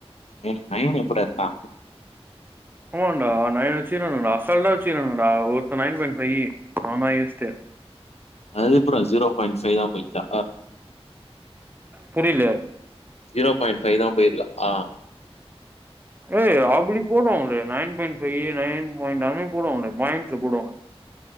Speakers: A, on the left; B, on the right.
A: எ நைன் எப்பிட்றா எட்பா
B: ஆமாண்டா நைன் வச்சிருகானடா அசால்டா வச்சிருகானடா ஒருத்த நைன் பாய்ண் பைய்யி நாந்தா வேஸ்ட்டு
A: அது எப்புர்றா ஜீரோ பாயிண்ட் பைவ் தா போயிட்சா
B: புரியில
A: ஜீரோ பாயிண்ட் ஃபைவ் தா போயிருக்கா
B: ஏய் அப்டி போடுவாங்களே nine point five nine point எல்லாமே போவாங்கலே பாயிண்ட்ல போடுவாங்க